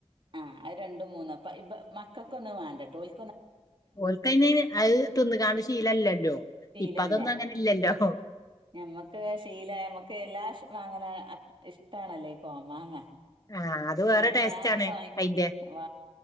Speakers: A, on the right (about 50°); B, on the left (about 35°).
A: ആ അത് രണ്ടും മൂന്നും അപ്പ ഇ മക്കൾക്കൊന്നും അത് വാണ്ട ട്ടോ ഓൽ
B: ഓൽ കയിന് അത് തിന്നകാങ്ങ ശീലല്ലല്ലോ?
A: ഇല്ല ഇല്ല
B: അതൊന്നും അങ്ങനെ ഇല്ലല്ലോ
A: ഞമ്മക്ക് അത് ശീലായി ഞമ്മക്ക് എല്ലാ മാങ്ങ പോലെ ഇഷ്ടാണല്ലേ ഈ കോമാങ്ങ.
B: ആഹ് അത് വേറെ
A: എന്നിട്ട്
B: ടേസ്റ്റ്
A: ഞാന്
B: ആണ്
A: വാ
B: അയിന്റെ
A: വ